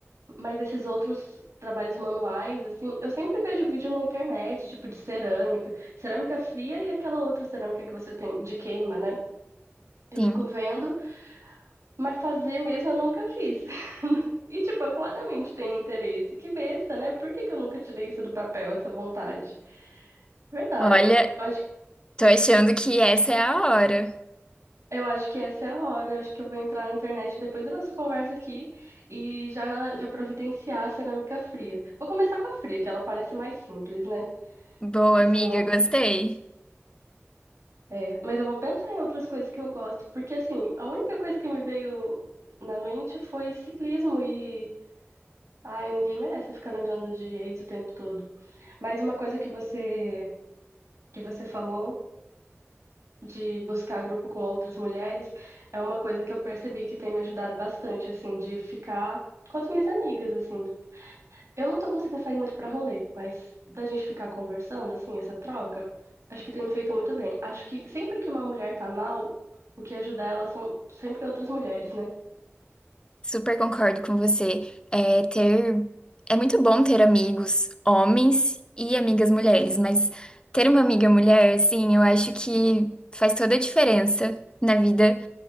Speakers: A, on the right; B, on the left.
A: Mas esses outros trabalhos manuais, assim, eu sempre vejo vídeo na internet, tipo de cerâmica, cerâmica fria e aquela outra cerâmica que você tem de queima, né? Eu
B: Sim.
A: fico vendo, mas fazer mesmo eu nunca fiz. <laughs> E, tipo, eu claramente tenho interesse. Que besta, né? Por que que eu nunca tirei isso do papel, essa vontade? Verdade.
B: Olha,
A: Eu acho,
B: tô achando que essa é a hora.
A: eu acho que essa é a hora. Eu acho que eu vou entrar na internet depois da nossa conversa aqui e já, já providenciar a cerâmica fria. Vou começar com a fria, que ela parece mais simples, né?
B: Boa,
A: Porque
B: amiga,
A: senão.
B: gostei.
A: É. Mas eu vou pensar em outras coisas que eu gosto. Porque assim, a única coisa que me veio na mente foi ciclismo e. Ai, ninguém merece ficar lembrando de ex o tempo todo. Mas uma coisa que você que você falou de buscar grupo com outras mulheres é uma coisa que eu percebi que tem me ajudado bastante, assim, de ficar com as minhas amigas, assim. Eu não tô conseguindo sair muito pra rolê, mas da gente ficar conversando, assim, essa troca, acho que tem me feito muito bem. Acho que sempre que uma mulher tá mal, o que ajuda ela são sempre outras mulheres, né?
B: Super concordo com você. É, ter... é muito bom ter amigos homens e amigas mulheres, mas ter uma amiga mulher, assim, eu acho que faz toda a diferença na vida